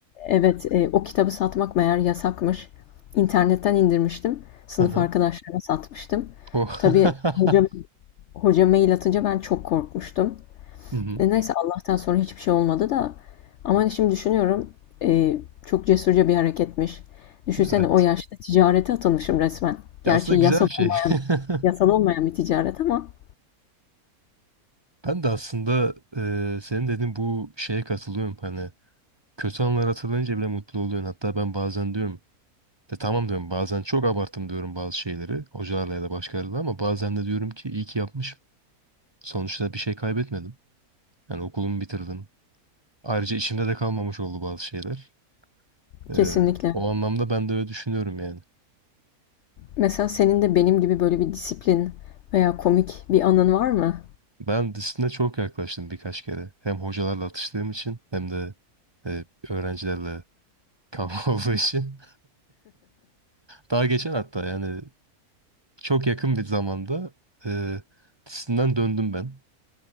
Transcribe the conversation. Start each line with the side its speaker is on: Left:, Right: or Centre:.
Left: evet e, o kitabı satmak meğer yasakmış. İnternetten indirmiştim. Sınıf
Right: Hı hı.
Left: arkadaşlarıma satmıştım.
Right: Oh.
Left: Tabii
Right: <laughs>
Left: hocam, hoca mail atınca ben çok korkmuştum.
Right: Hı hı.
Left: E, neyse Allah'tan sonra hiçbir şey olmadı da. Ama hani şimdi düşünüyorum e, çok cesurca bir hareketmiş. Düşünsene
Right: Evet.
Left: o yaşta ticarete atılmışım resmen. Gerçi
Right: Ya aslında
Left: yasal
Right: güzel bir şey.
Left: olmayan,
Right: <laughs>
Left: yasal olmayan bir ticaret ama
Right: Ben de aslında eee, senin dediğin bu şeye katılıyorum. Hani kötü anlar hatırlayınca bile mutlu oluyorsun. Hatta ben bazen diyorum de tamam diyorum bazen çok abarttım diyorum bazı şeyleri hocalarla ya da başkalarıyla ama bazen de diyorum ki iyi ki yapmışım. Sonuçta bir şey kaybetmedim. Yani okulumu bitirdim. Ayrıca içimde de kalmamış oldu bazı şeyler. Eee,
Left: kesinlikle.
Right: o anlamda ben de öyle düşünüyorum yani.
Left: Mesela senin de benim gibi böyle bir disiplin veya komik bir anın var mı?
Right: Ben disipline çok yaklaştım birkaç kere. Hem hocalarla atıştığım için hem de eee, öğrencilerle kavga <laughs> olduğu için. Daha geçen hatta yani Çok yakın bir zamanda e, tisinden döndüm ben.